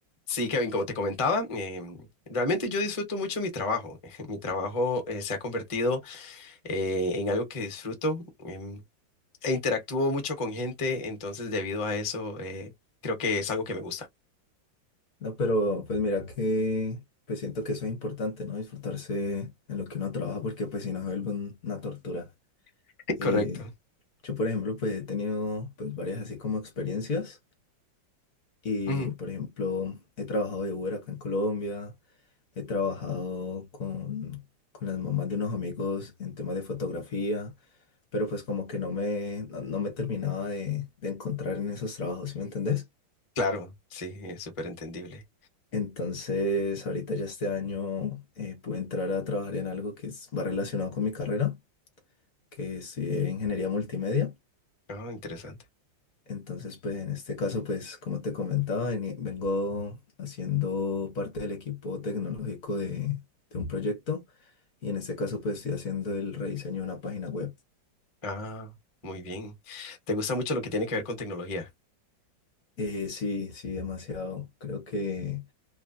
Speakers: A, on the left; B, on the left.
A: Sí, Kevin, como te comentaba, eh, realmente yo disfruto mucho mi trabajo. <laughs> Mi trabajo eh, se ha convertido eh, en algo que disfruto em, e interactúo mucho con gente, entonces debido a eso eh, creo que es algo que me gusta.
B: No, pero pues mira que pues siento que eso es importante, ¿no? Disfrutarse en lo que uno trabaja porque pues si no se vuelve un- una tortura.
A: <laughs> Correcto.
B: Eh, yo por ejemplo pues he tenido pues varias así como experiencias y
A: Ujú,
B: por ejemplo he trabajado de Uber acá en Colombia, he trabajado con, con las mamás de unos amigos en temas de fotografía, pero pues como que no me, no, no me terminaba de, de encontrar en esos trabajos, ¿sí me entendés?
A: Claro, sí, es súper entendible.
B: Entonces, ahorita ya este año eh, pude entrar a trabajar en algo que es- va relacionado con mi carrera, que estudié ingeniería multimedia.
A: Ah, interesante.
B: Entonces, pues en este caso, pues como te comentaba, veni- vengo haciendo parte del equipo tecnológico de, de un proyecto y en este caso, pues estoy haciendo el rediseño de una página web.
A: Ah, muy bien. ¿Te gusta mucho lo que tiene que ver con tecnología?
B: Eh, sí, sí, demasiado. Creo que